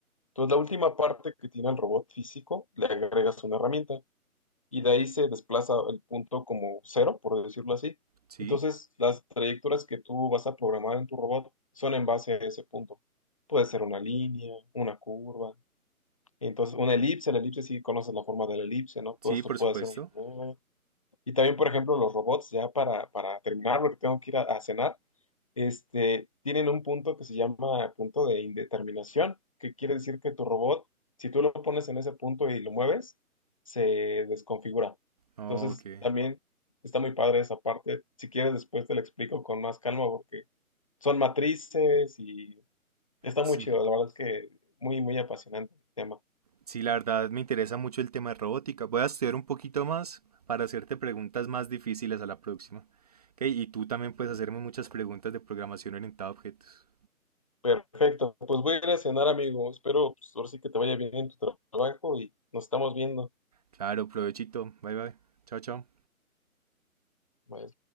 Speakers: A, on the left (about 25°); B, on the right (about 25°).
A: Entonces, la última parte que tiene el robot físico, le agregas una herramienta y de ahí se desplaza el punto como cero, por decirlo así.
B: Sí,
A: Entonces, las trayectorias que tú vas a programar en tu robot son en base a ese punto. Puede ser una línea, una curva, entonces una elipse, la elipse sí conoces la forma de la elipse, ¿no?
B: sí,
A: Todo esto
B: por
A: puede
B: supuesto.
A: ser un robot. Y también, por ejemplo, los robots, ya para, para terminar, porque tengo que ir a, a cenar, este, tienen un punto que se llama punto de indeterminación, que quiere decir que tu robot, si tú lo pones en ese punto y lo mueves, se desconfigura.
B: Ok,
A: Entonces, también está muy padre esa parte. Si quieres, después te la explico con más calma porque son matrices y está
B: sí.
A: muy chido. La verdad es que muy, muy apasionante el tema.
B: Sí, la verdad me interesa mucho el tema de robótica. Voy a estudiar un poquito más para hacerte preguntas más difíciles a la próxima. Ok, y tú también puedes hacerme muchas preguntas de programación orientada a objetos.
A: Perfecto, pues voy a ir a cenar, amigo. Espero, pues, ahora sí que te vaya bien en tu tra- trabajo y nos estamos viendo.
B: Claro, provechito. Bye bye. Chao, chao.
A: Bye.